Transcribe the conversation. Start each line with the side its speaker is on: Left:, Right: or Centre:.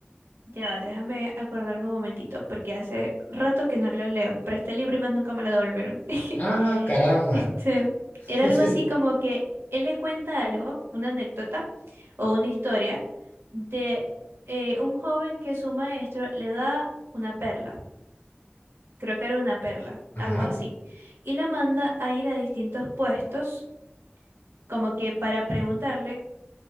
Right: ya, va, déjame acordarme un momentito, porque hace rato que no lo leo, Pero este libro y más nunca me lo devolvieron. <laughs>
Left: Ah, caramba.
Right: Este, era
Left: <laughs>
Right: algo así como que él le cuenta algo, una anécdota o una historia de eh, un joven que su maestro le da una perla creo que era una perla,
Left: Ajá.
Right: algo así, y la manda a ir a distintos puestos, como que para preguntarle